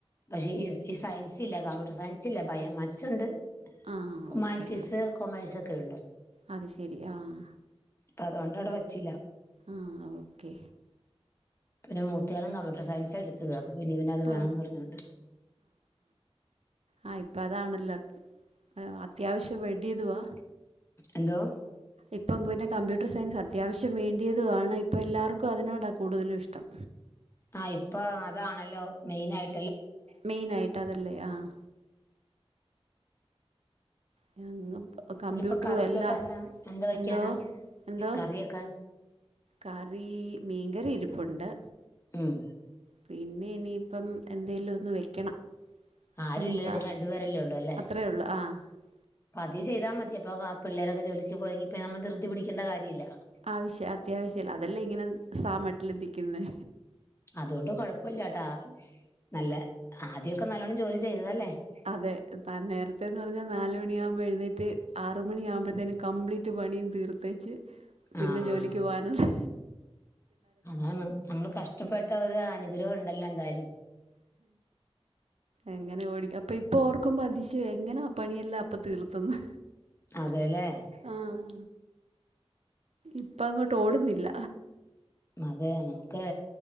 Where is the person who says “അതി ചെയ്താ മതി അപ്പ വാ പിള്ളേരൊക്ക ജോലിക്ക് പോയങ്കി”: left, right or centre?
Left